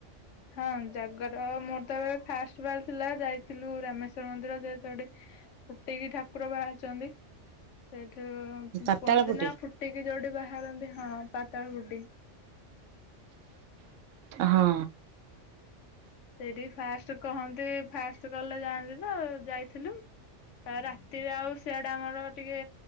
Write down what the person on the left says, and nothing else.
ହଁ ଜାଗର ମୋର ତ ଏବେ ଫାଷ୍ଟ ବାର ଥିଲା, ଯାଇଥିଲୁ ରାମେଶ୍ଵର ମନ୍ଦିର ଯେହେତୁ ଫୁଟେଇକି ଠାକୁର ବାହାରୁଛନ୍ତି, ସେ କୁହନ୍ତି
ନା ଫୁଟିକି ଯୋଉଠି ବାହାରନ୍ତି ହଁ ପାତାଳ ଫୁଟି।
ସେଇଠି ଫାଷ୍ଟ କହନ୍ତି ଫାଷ୍ଟ କଲେ ଯାଆନ୍ତି। <unintelligible> ଯାଇଥିଲୁ ତା ପରେ ରାତିରେ ଆଉ ସିଆଡେ ଆମର ଟିକେ